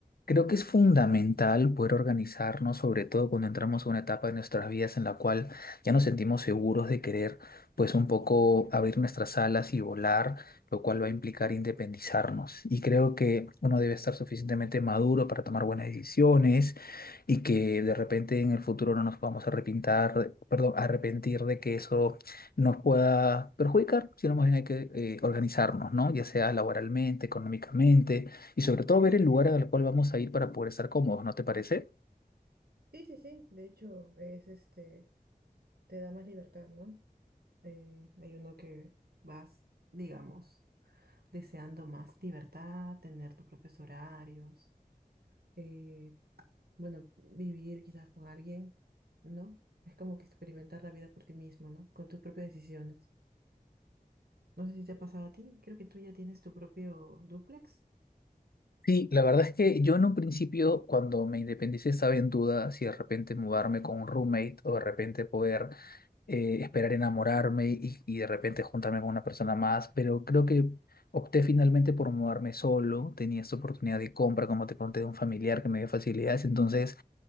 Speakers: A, on the left (about 75°); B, on the right (about 85°).
A: Creo que es fundamental poder organizarnos, sobre todo cuando entramos a una etapa de nuestras vidas en la cual ya nos sentimos seguros de querer, pues un poco abrir nuestras alas y volar, lo cual va a implicar independizarnos. Y creo que uno debe estar suficientemente maduro para tomar buenas decisiones y que de repente en el futuro no nos podamos arrepintar, perdón, arrepentir de que eso nos pueda perjudicar, sino más bien hay que eh, organizarnos, ¿no? Ya sea laboralmente, económicamente y sobre todo ver el lugar al cual vamos a ir para poder estar cómodos, ¿no te parece?
B: Sí, sí, sí. De hecho, es este, te da más libertad, ¿no? Eh, hay uno que vas, digamos, deseando más libertad, tener tus propios horarios, eh, bueno, vivir quizás con alguien, ¿no? Es como que experimentar la vida por ti mismo, ¿no? Con tus propias decisiones. No sé si te ha pasado a ti, creo que tú ya tienes tu propio dúplex.
A: Sí, la verdad es que yo en un principio, cuando me independicé, estaba en duda si de repente mudarme con un roommate o de repente poder eh, esperar enamorarme y, y de repente juntarme con una persona más, pero creo que opté finalmente por mudarme solo, tenía esta oportunidad de compra, como te conté, de un familiar que me dio facilidades, entonces